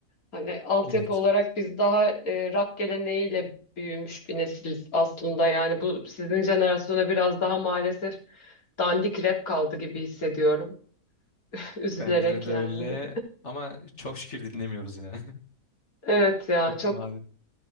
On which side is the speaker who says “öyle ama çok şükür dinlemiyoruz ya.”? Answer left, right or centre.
Left